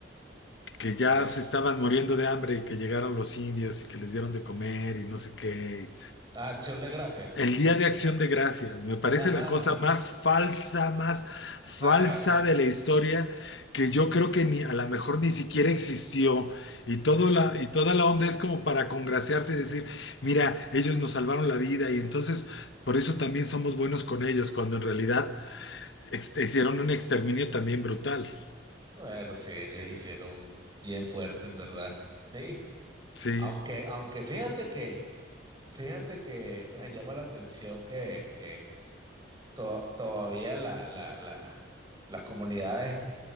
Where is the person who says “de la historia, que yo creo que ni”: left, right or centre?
Left